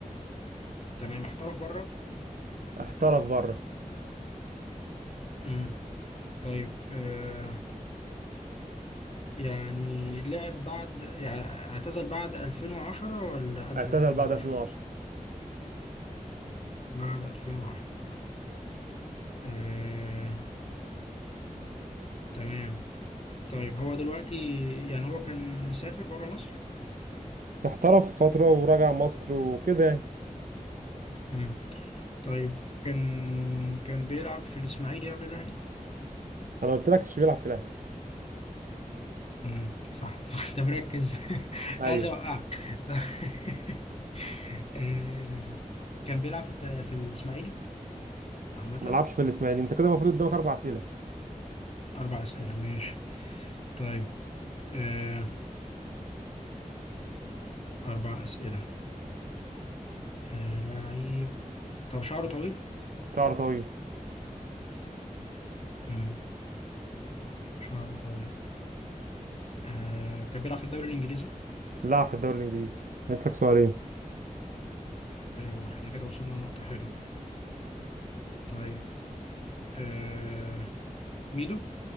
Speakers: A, on the left; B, on the right.
A: تمام احترف بره
B: احترف بره
A: امم طيب آه يعني لعب بعد يعني اعتزل بعد 2010 ولا قبل
B: اعتزل
A: 2010
B: بعد 2010
A: بعد 2010 آه، تمام طيب هو دلوقتي يعني هو كان مسافر بره مصر
B: احترف فترة ورجع مصر وكده يعني
A: امم طيب كان كان بيلعب في الإسماعيلي قبل الأهلي
B: انا قلت لك مش بيلعب في الاهلي
A: امم صح <laughs> انت مركز <laughs> كنت
B: ايوه
A: عايز اوقعك طيب. <laughs> آه، كان بيلعب في الت- في الإسماعيلي عامة
B: ما لعبش في الاسماعيلي انت كده المفروض قدامك اربع اسئله
A: أربع أسئلة ماشي طيب آه، أربع أسئلة آه، لعيب طب شعره طويل
B: شعر طويل
A: امم شعره طويل آه، كان بيلعب في الدوري الإنجليزي
B: لعب في الدوري الانجليزي نسلك سؤالين
A: حلو احنا كده وصلنا لنقطة حلوة طيب آه... ميدو